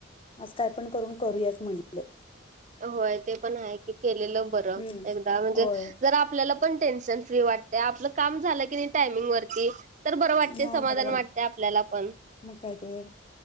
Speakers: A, on the left (about 25°); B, on the right (about 35°).
A: आ काय पण करून करूयाच म्हटलं.
B: होय ते पण आहे की केेलेलं बरं
A: हम्म.
B: एकदा म्हणजे
A: होय
B: जर आपल्याला पण टेन्शन फ्री वाटते आपलं काम झालं की नाही टायमिंग वर तर बरं वाटते
A: मग
B: समाधान
A: बरं
B: वाटते आपल्याला पण
A: मग काय तर